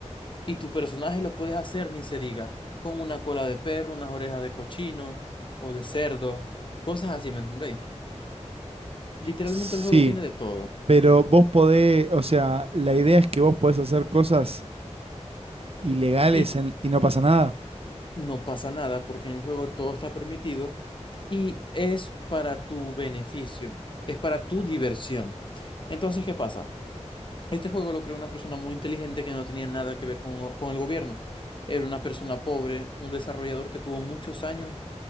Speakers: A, on the left; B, on the right.
A: Y tu personaje lo puedes hacer, ni se diga, con una cola de perro, unas orejas de cochino o de cerdo, cosas así, ¿me entendéis? Literalmente
B: Sí,
A: el juego tiene de todo.
B: pero vos podés, o sea, la idea es que vos podés hacer cosas ilegales
A: Y
B: en- y no pasa nada.
A: no pasa nada porque en el juego todo está permitido y es para tu beneficio, es para tu diversión. Entonces, ¿qué pasa? Este juego lo creó una persona muy inteligente que no tenía nada que ver con, con el gobierno. Era una persona pobre, un desarrollador que tuvo muchos años